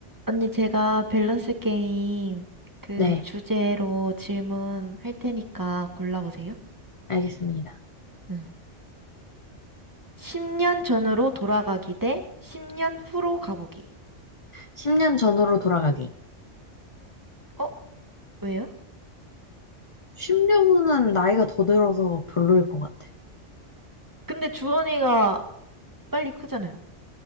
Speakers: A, on the right; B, on the left.
A: 언니, 제가 밸런스 게임 그
B: 네,
A: 주제로 질문 할 테니까 골라보세요.
B: 알겠습니다.
A: 응. 10년 전으로 돌아가기 대 10년 후로 가보기.
B: 10년 전으로 돌아가기.
A: 어? 왜요?
B: 10년 후는 나이가 더 들어서 별로일 것 같아.
A: 근데 주원이가 빨리 크잖아요.